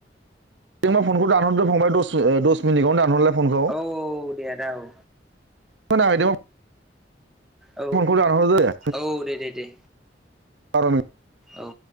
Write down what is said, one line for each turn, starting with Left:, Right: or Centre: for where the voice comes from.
Right: जों मा फनखौ दानहरदो फांबाय दस ओ दस निटआवनो दानहरलाय। फनखौ
Centre: औ औ दे आदा औ।
Right: खोनाबाय दं।
Centre: औ
Right: फनखौ दानहरदो दे
Centre: औ दे दे दे
Right: <unintelligible> <unintelligible>
Centre: औ।